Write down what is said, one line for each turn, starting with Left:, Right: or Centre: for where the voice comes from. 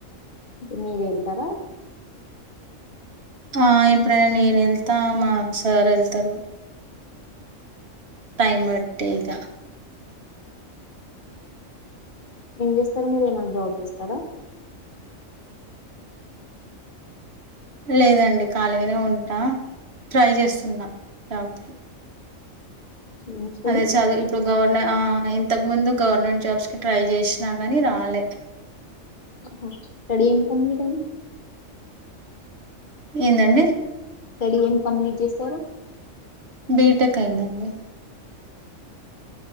Left: మీరేల్తారా
Right: ఆ ఇప్పుడైనా నేను వెళ్తా మా సార్ వెళ్తారు టైమ్ బట్టి ఇగ
Left: ఏం చేస్తారా మీరు ఏమైన్నా జాబ్ చేస్తారా
Right: లేదండి ఖాళీగానే ఉంటా ట్రై చేస్తున్నా జాబ్
Left: ఏం స్టడీ
Right: అదే చదువు ఇప్పుడు గవర్న ఆ ఇంతకు ముందు గవర్నమెంట్ జాబ్స్ కి ట్రై చేసినా గాని రాలే
Left: అహ స్టడి ఏం కంప్లీట్ ఆఇంది
Right: ఏందండి
Left: స్టడీ ఏం కంప్లీట్ చేస్తారు
Right: బీటెక్ అయిందండి